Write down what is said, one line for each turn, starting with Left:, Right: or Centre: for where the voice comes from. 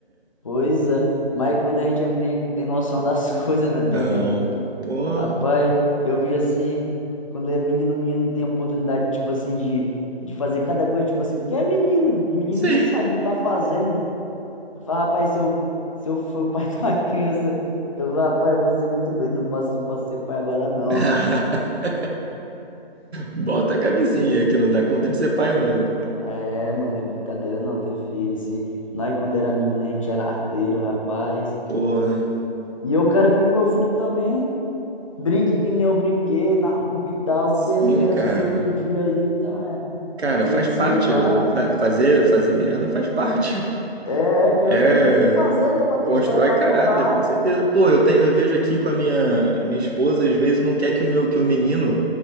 Left: Pois é. Mas quando a gente é menino, a gente não tem noção das <laughs> coisas, né,
Right: Não.
Left: também.
Right: Pô,
Left: Rapaz, eu vejo assim, quando é menino, menino tem oportunidade, tipo assim, de, de fazer cada coisa, tipo assim, porque é menino, menino
Right: sim.
Left: não sabe o que tá fazendo. Eu falo, rapaz, se eu, se eu for pai <laughs> de uma criança, eu falo, rapaz, eu vou ser muito doido, não posso, não posso ser pai agora, não.
Right: <laughs>
Left: <laughs>
Right: Bota a camisinha, que não dá conta de ser pai, não. né?
Left: É, mano, é brincadeira não ter filho. Se nós, quando era menino, a gente era arteiro, rapaz.
Right: Porra.
Left: E eu quero que meu filho também brinque que nem eu brinquei na rua e tal,
Right: Sim,
Left: porque essa geração
Right: cara.
Left: de hoje em dia aí tá, é,
Right: Cara,
Left: coisa
Right: faz
Left: de
Right: parte.
Left: celular.
Right: Fa- Fazer, fazer merda faz parte.
Left: É, que não
Right: É,
Left: tem, tem que fazer, né, para ter
Right: constrói
Left: história para
Right: caráter,
Left: contar.
Right: com certeza. Pô, eu tenho, eu vejo aqui com a minha, a minha esposa, às vezes não quer que o meu, que o menino